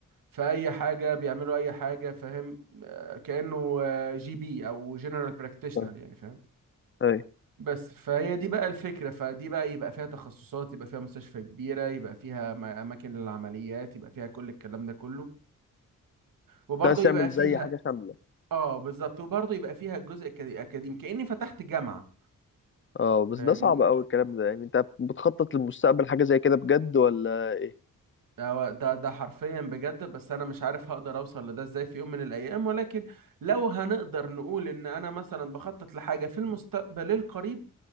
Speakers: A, on the right; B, on the left.
A: في اي حاجة بيعملوا اي حاجة فاهم آه، كأنه آه، جي بي او جنرال براكتيشنر
B: آه.
A: يعني فاهم
B: اي
A: بس فهي دي بقى الفكرة فدي بقى يبقى فيها تخصصات يبقى فيها مستشفى كبيرة يبقى فيها م- أماكن للعمليات يبقى فيها كل الكلام ده كله وبرضه
B: أنت عايز
A: يبقى
B: تعمل
A: فيها
B: زي حاجة شاملة
A: اه بالظبط وبرضه يبقى فيها الجزء الأكاديمي كأني فتحت جامعة
B: اه بس
A: فاهمني
B: ده صعب قوي الكلام ده يعني انت بتخطط للمستقبل حاجة زي كده بجد ولا ايه
A: ده ده ده حرفيا بجد بس انا مش عارف هقدر اوصل لده ازاي في يوم من الايام ولكن لو هنقدر نقول ان انا مثلا بخطط لحاجه في المستقبل القريب